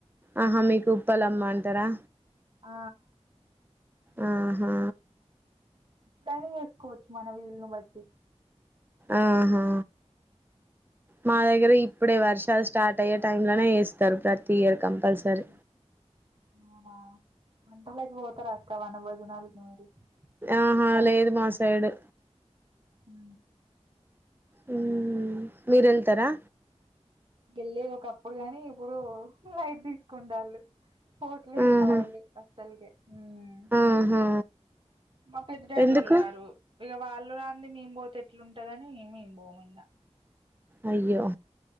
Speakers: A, on the right; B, on the right.
A: ఆహా మీకు ఉప్పలమ్మ అంటారా
B: ఆ
A: ఓ హో
B: టైమ్ చేసుకోవచ్చు మన వీలుని బట్టి
A: ఆహా మాదగ్గర ఇప్ ఇప్పుడే వర్షాలు స్టార్ట్ అయ్యే టైంలోనే జేస్తారు ప్రతి ఇయర్ కంపల్సరీ
B: ఆహ అవునా వంటలకి పోతారా అక్క వనభోజనాలకి మీరు
A: ఆహా
B: బయట
A: లేదు
B: ఉంటే
A: మా సైడు
B: ఊ
A: హ్మ్ మీరెళ్తరా
B: గెళ్లే ఒకప్పుడు కానీ ఇప్పుడు లైట్ తీసుకుంటాళ్లు పోట్లేరు
A: ఆహా
B: మావాళ్ళు అస్సల్కే హ్మ్
A: ఆహా
B: మా పెద్దనాయనోళ్ళు
A: ఎందుకు
B: రారు ఇక వాళ్ళు రాంది మేం పోతే ఎట్లుంటదని మేం పోము ఇంకా
A: అయ్యో